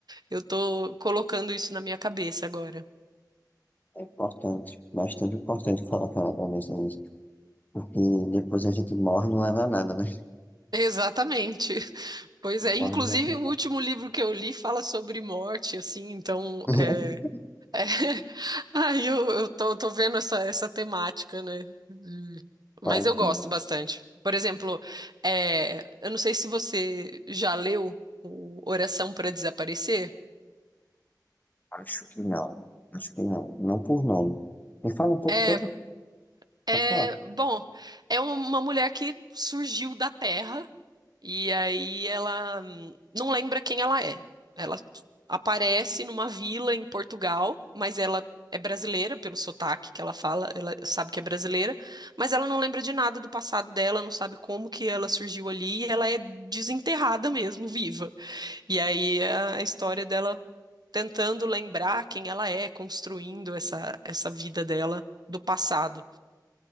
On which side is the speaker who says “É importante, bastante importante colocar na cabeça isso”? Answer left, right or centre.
Left